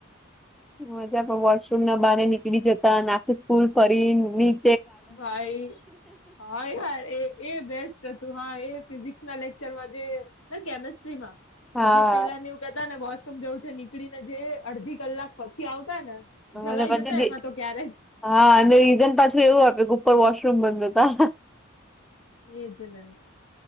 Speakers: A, in the centre; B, on the left.
A: મજા વોશરૂમ ના બહારે નીકળી જતા આખે સ્કૂલ ફરીની
B: ભાઈ હા યાર એ એ બેસ્ટ તું હા એ ફિઝિકસ ના લેક્ચરમાં જે કેમેસ્ટ્રીમાં
A: હા
B: જે પેલા ને તા ને વોશરૂમ જવું છે નીકળી ને જે અડધી કલાક પછી આવતા ને જલાઈ
A: અને પછી
B: જતા
A: જે
B: એમાં તો ક્યારે
A: હા અને રીઝન પાછું એવું આપે કે ઉપર વોશરૂમ બંધતા
B: એ જ ના